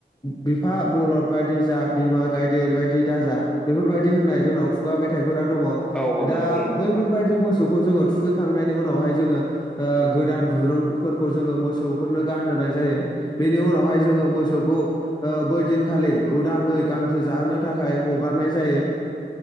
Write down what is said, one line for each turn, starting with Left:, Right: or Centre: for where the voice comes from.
Left: बिफा बलद बायदि जा बिमा गायदेर बायदि दाजा बेफोरबायदि होननाय जोंनाव खुगा मेथाइफोरा दङ
Centre: औ औ
Left: दा
Centre: नंगौ नंगौ
Left: बैफोरबायदि
Centre: नोंथां
Left: मोसौखौ जों थुफैखांनायनि उनावहाय जोङो गोदान दुरुंफोरखौ जोङो मोसौफोरनो गानहोनाय जायो बेनि उनावहाय जोङो मोसौखौ बैदिनखालि उदाङै गांसो जाहोनो थाखाय हगारनाय जायो